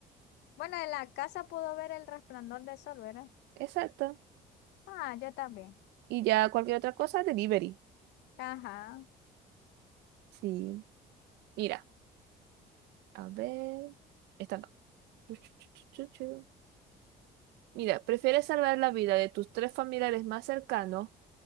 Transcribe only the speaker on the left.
Bueno, en la casa puedo ver el resplandor del sol, ¿verdad?
Ah, yo también.
Ajá.